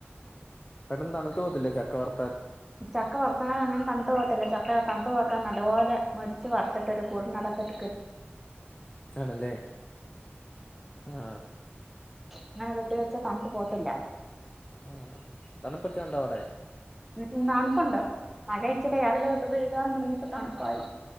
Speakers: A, on the left; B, in the centre.
A: പെട്ടെന്ന് തണുത്ത് പോകത്തില്ലേ ചക്ക വർ
B: ചക്ക വറത്താൽ അങ്ങനെ തണുത്തുപോകത്തില്ല ചക്ക തണുത്തു പോക്കാൻ നല്ലപോലെ മൊരിച്ച് വറുത്തിട്ട് ഒരു കൂടിൻ്റെ അകത്തിട്ട്
A: ആണല്ലേ ആ
B: അങ്ങനെ കെട്ടി വെച്ചാൽ തണുത്ത പോകത്തില്ല
A: ആഹ് തണുപ്പൊക്കെ ഉണ്ടോ അവിടെ
B: ഉം തണുപ്പുണ്ട് മഴ ഇച്ചിരി രാവിലെ തൊട്ട് പെഴ്യ്യാൻതുടങ്ങിയപ്പോ തണുപ്പായി